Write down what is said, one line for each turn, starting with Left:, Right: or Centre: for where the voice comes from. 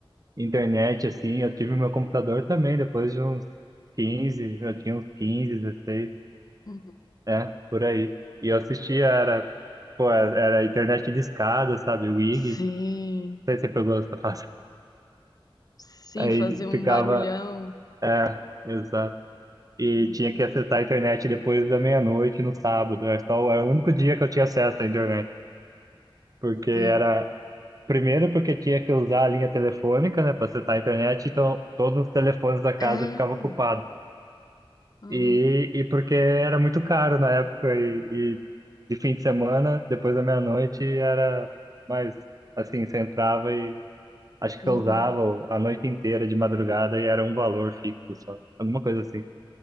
Right: internet, assim, eu tive meu computador também, depois de uns 15 eu tinha uns 15 16
Left: Uhum.
Right: é, por aí. E eu assistia, era, pô, era era internet de escada, sabe? WIG.
Left: Sim,
Right: Não sei se você pegou essa fase.
Left: sim,
Right: <laughs> Aí
Left: fazer um
Right: ficava,
Left: barulhão.
Right: é, exato. e
Left: Uhum,
Right: tinha que acessar a internet depois da meia-noite no sábado. Era só, era o único dia que eu tinha acesso à internet. Porque
Left: Sim.
Right: era. Primeiro, porque tinha que usar a linha telefônica, né, para acessar a internet, então todos os telefones da casa
Left: É.
Right: ficavam ocupados.
Left: Uhum,
Right: E, e porque era muito caro na época, e, e de fim de semana, depois da meia-noite, era mais assim: você entrava e acho que
Left: uhum.
Right: você usava a noite inteira de madrugada e era um valor fixo só, alguma coisa assim.